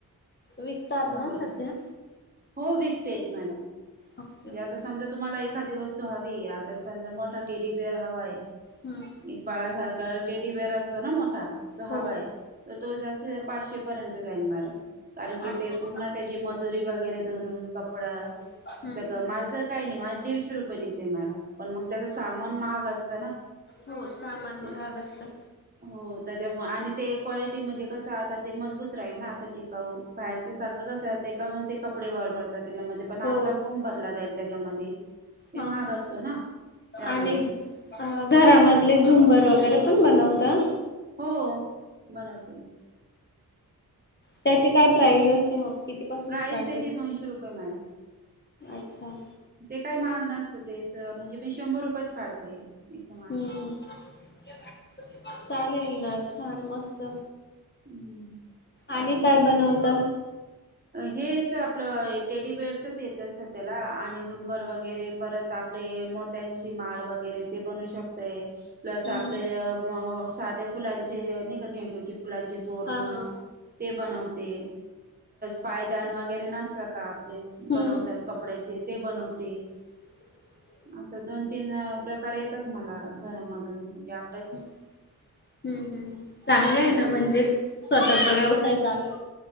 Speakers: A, on the left; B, on the right.
A: विकतात ना
B: बोला
A: सध्या
B: हो विकते मॅडम
A: ओके
B: जे
A: ओके
B: आता स समजा तुम्हाला एखादी वस्तू हवी आता समजा मोठा टेडीबिअर हवाय
A: हम्म.
B: एक बाळासारखा टेडीबिअर असतो ना मोठा तो
A: हो
B: हवाय. तर तो जास्त पाचशे पर्यंत जाईल मॅडम कारण की
A: अच्छा
B: ते पूर्ण त्याची मजुरी वगैरे धरून कपडा
A: <inaudible>
B: सगंळ माझं तर काही नाही माझ दीडशे रुपये निघते मॅडम पण मग त्याच सामान महाग असतं ना.
A: हो सामान
B: ते
A: महाग असत.
B: हो त्याच्यामुळे आणि ते क्वालिटी म्हणजे कसं आता ते मजबूत राहील ना असं टिकाऊ बाहेरच्या सारखं कस ते काून ते कपडे वळ भरतात त्याच्यामध्ये पण
A: हो
B: आपला फोम भरला जाईल त्याच्यामध्ये ते
A: हा
B: महाग
A: हा
B: असतो ना त्यामुळे
A: आणि अ घरामधले झुंबर वगैरे पण बनवता?
B: हो बनवते.
A: त्याचे काय प्राइज असते मग? किती पासून
B: प्राईस
A: स्टार्टिंग?
B: त्याची दोनशे रुपये मॅडम
A: अच्छा.
B: ते काय महाग नसतं तेच म्हणजे मी शंभर रुपयेच काढते. एका मागे
A: हम्म हम् चालेल ना छान मस्त.
B: हम्म बाकी
A: आणि काय बनवता?
B: हेच आपलं टेडीबेअरचच येतात सध्याला आणि झुंबर वगैरे परत आपले मोत्यांची माळ वगैरे ते बनू शकते. प्लस आपले
A: हम्म
B: अ म साध्या फुलांचे नाही का झेंडूच्या फुलांचे तोरणं
A: हा हा
B: ते बनवते. पायदान वगैरे नसत का आपले
A: हम्म
B: बनवतात कपड्याचे ते बनवते.
A: <inaudible>
B: असं दोन तीन अ प्रकार येतात मला घरामधून ज्या
A: हम्म हम्म् चांगलंय
B: अस
A: ना म्हणजे स्वतःचा व्यवसाय चालू